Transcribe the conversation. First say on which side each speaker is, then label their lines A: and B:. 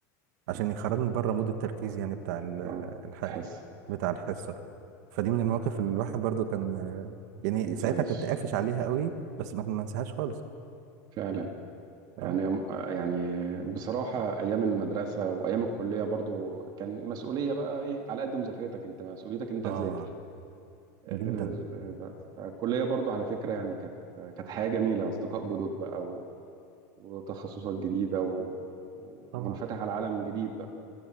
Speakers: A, on the right; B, on the right.
A: عشان
B: آه،
A: يخرجني بره مود التركيز يعني بتاع ال-
B: آه،
A: الح...
B: الحس
A: بتاع الحصه فدي من المواقف اللي الواحد برضو كان آه، يعني
B: ما تنساش
A: ساعتها كنت قافش عليها قوي بس ما ما انساهاش خالص
B: فعلا يعني
A: اه
B: يعني بصراحة أيام المدرسة وأيام الكلية برضو كان مسؤولية بقى إيه على قد مذاكرتك أنت مسؤوليتك أنت
A: اه
B: تذاكر غير
A: جدا
B: غير دلوقتي فالكلية برضو على فكرة يعني كانت كانت حياة جميلة أصدقاء جدد بقى و... وتخصصات جديدة و... ومنفتح
A: طبعا
B: على عالم جديد بقى